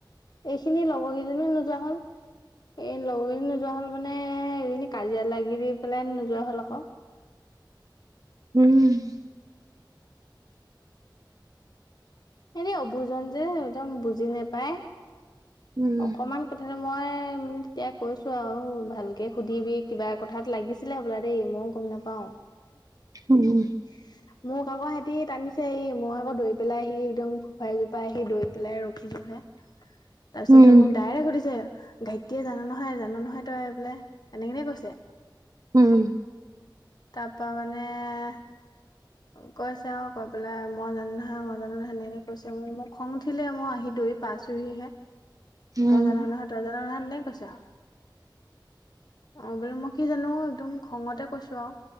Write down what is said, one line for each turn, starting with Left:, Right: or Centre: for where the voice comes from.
Left: এইখিনি লগৰ কেইজনীও নোযোৱা হল। এই লগৰ কেইজনী নোযোৱা হল মানে- মানে এই কেইজনী কাজিয়া লাগি পেলাই নোযোৱা হ'ল আকৌ।
Right: উম।
Left: এনে অবুজন যে একদম বুজি নেপায়।
Right: উম উম
Left: অকমান কথাতে মই মানে তেতিয়া কৈছো আৰু ভালকে- সুধিবি কিবা কথাত লাগিছিলে হব'লা দেই, মইও গম নাপাওঁ।
Right: উম।
Left: <inaudible> মোক আকৌ সিহঁতি টানিছে, এই মই আকৌ দৈ পেলাই আহি একদম ফোফাই -জোপাই আহি দৈ পেলাই ৰখিছো হে। তাৰপিছতে
Right: উম
Left: মোক ডাইৰেক্ট সুধিছে গায়ত্ৰীয়ে জান নহয়, জান নহয় তই বোলে এনেকে এনেকে কৈছে।
Right: উম।
Left: তাৰপৰা মানে- কৈছে আৰু কৈ পেলাই মই জানো নহয় মই জানো নহয় সেনেকে কৈছে মোৰ, মোক খং উঠিলে মই আহি দৌৰি- পাইছোহিহে,
Right: উম
Left: তই জান' নহয় তই জান' নহয় এনেকে কৈছে আৰু। অঁ, বোলো মই কি জানো একদম খঙতে কৈছো আৰু।